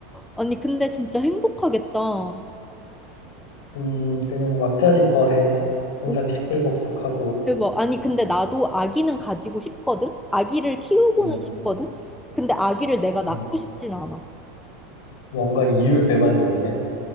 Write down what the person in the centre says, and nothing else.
아니, 근데 진짜 행복하겠다.
오,
대박. 아니, 근데 나도 아기는 가지고 싶거든? 아기를 키우고는
싶거든? 근데 아기를 내가
낳고 싶진 않아.